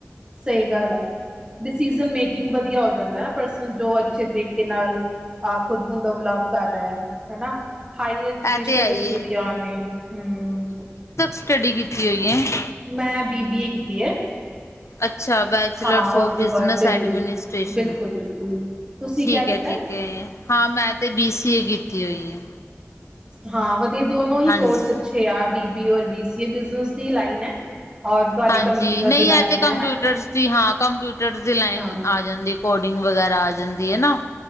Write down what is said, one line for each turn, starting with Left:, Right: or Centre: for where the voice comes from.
Right: ਸਹੀ ਗੱਲ ਹੈ। ਡਿਸੀਜ਼ ਮੇਕਿੰਗ ਵਧੀਆ ਹੋ ਜਾਂਦਾ ਹੈ, ਪਰਸਨ ਜੋ ਅੱਛੇ ਤਰੀਕੇ ਨਾਲ। ਆ ਖੁਦ ਨੂੰ ਡਿਵਲਪ ਕਰ ਰਹੇ ਹੈ ਹਨਾ। ਹਾਇਰ ਐਜੂਕੇਸ਼ਨ
Left: ਇਹ ਤੇ ਹੈ
Right: ਲਿੱਤੀ
Left: ਹੀ ਹੈ
Right: ਦੀ ਆਨ ਨੇ ਹੂੰ।
Left: ਸਟਡੀ ਕੀਤੀ <unintelligible>
Right: ਮੈਂ ਬੀ ਬੀ ਏ ਕੀਤੀ ਹੈ।
Left: ਅੱਛਾ ਬੈਚਲਰਸ
Right: ਹਾਂ ਉਹ
Left: ਫ
Right: ਤੋਂ
Left: ਬਿਜਨਸ
Right: ਬਾਅਦ ਬਿਲ
Left: ਐਡਮਿਨਿਸਟ੍ਰੇਸ਼ਨ।
Right: ਬਿਲਕੁਲ ਬਿਲਕੁਲ ਤੁਸੀਂ
Left: ਠੀਕ
Right: ਕਿਆ ਕੀਤਾ
Left: ਹੈ ਠੀਕ ਹੈ, ਹਾਂ ਮੈਂ ਤੇ ਬੀ ਸੀ ਏ ਕੀਤੀ ਹੋਈ ਹੈ।
Right: ਹਾਂ ਵਧੀਆ ਦੋਨੋ ਹੀ
Left: ਹਾਂਜੀ
Right: ਕੋਰਸ ਅੱਛੇ ਆ ਬੀ ਬੀ ਔਰ ਬੀ ਬਨਸ ਦੀ ਲਾਈਨ ਹੈ। ਔਰ ਤੁਹਾਡੇ
Left: ਹਾਂਜੀ
Right: ਕੰਪਿਊਟਰ
Left: ਨਹੀਂ
Right: ਦੀ ਲਾਈਨ
Left: ਇਹ ਤੇ
Right: ਹੈ
Left: ਕੰਪਿਊਟਰਸ
Right: ਹਨਾ
Left: ਦੀ ਹਾਂ ਕੰਪਿਊਟਰਸ ਦੀ ਲਾਈਨ
Right: ਹਾਂ
Left: ਆ ਜਾਂਦੀ। ਕੋਡਿੰਗ ਵਗੈਰਾ ਆ ਜਾਂਦੀ ਹੈ ਨਾ।